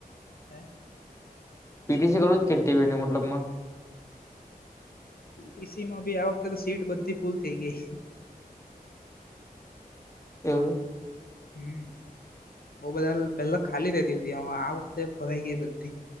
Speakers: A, on the left (about 70°); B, on the left (about 20°).
A: હે?
B: પીટીસી કરું જ કેમ તે ઈ મતલબમાં.
A: પીટીસીમાં બી આ વખતે તો સીટ બધી ફૂલ થઈ ગઈ.
B: એવું કે?
A: હમ બહુ બધા પેલા ખાલી રેતી હતી હવે આ વખતે ભરાઈ ગઈ બધી.